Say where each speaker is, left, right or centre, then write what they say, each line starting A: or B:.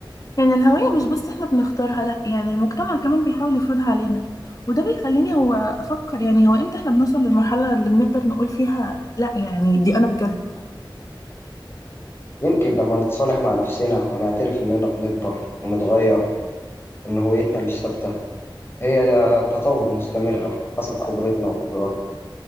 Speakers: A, on the left; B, on the left.
A: يعني الهوية مش بس احنا بنختارها لا يعني المجتمع كمان بيحاول يفرضها علينا وده بيخليني هو افكر يعني هو امتى احنا بنوصل للمرحلة اللي بنقدر نقول فيها لا يعني دي انا بجد
B: يمكن لما نتصالح مع نفسنا ونعترف إننا بنكبر ونتغير وإن هويتنا مش ثابتة هي تطور مستمر حسب خبرتنا وقدراتنا